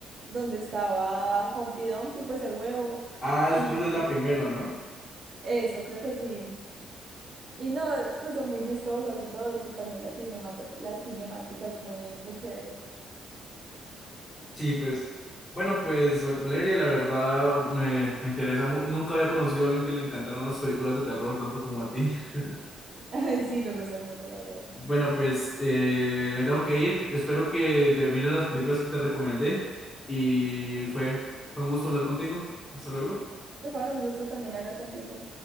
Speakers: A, on the right (about 45°); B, on the left (about 30°).
A: donde estaba Humpty Dumpty, pues el huevo.
B: Ah,
A: Y
B: es- creo que es la primera, ¿no?
A: eso, creo que sí. Y no, es- pues son muy chistosas y todo, y pues también las cinemata- las cinemáticas muy, muy chéveres.
B: Sí, pues, bueno, pues Val- Valeria, la verdad me, me interesa mucho, Nunca había conocido a alguien que le encantaran las películas de terror tanto como a ti. <laughs>
A: <laughs> Ay, sí, me gustan mucho, la verdad.
B: Bueno, pues eh, me tengo que ir. Espero que te mires las películas que te recomendé y fue, fue un gusto hablar contigo. Hasta luego.
A: Eh, Juan, un gusto también hablar contigo.